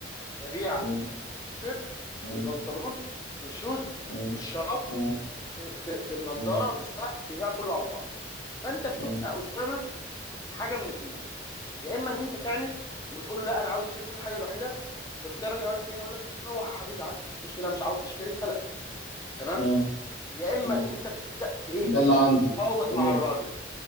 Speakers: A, on the left; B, on the left.
A: ببيع
B: مم.
A: تيشيرت
B: مم.
A: بالبنطلون بالشوز
B: مم.
A: بالشراب
B: مم.
A: ب- ب- بالنضاره
B: مم. مم.
A: بالساعه بيبيع كله على بعضه فانت بتبقى
B: مم. مم.
A: قدامك حاجه من اتنين يا اما ان انت تعند وتقول له لا انا عاوز اشتري كل حاجه لوحدها فبالتالي الراجل يقول لك ايه يقول لك خلاص روح يا حبيبي عادي مش مشكله مش عاوز تشتري اتفلق تمام
B: مم. مم.
A: يا اما
B: مم.
A: ان انت بتبدا ت- ايه
B: مم. ده اللي عندي
A: تتفاوض
B: مم.
A: مع الراجل